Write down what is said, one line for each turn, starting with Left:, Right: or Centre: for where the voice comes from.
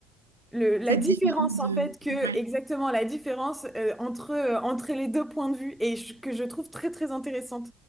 Centre: le, la
Right: Cette
Centre: différence
Right: différence de...
Centre: en fait que
Right: ouais.
Centre: exactement la différence euh, entre euh, entre les deux points de vue et je- que je trouve très très intéressante.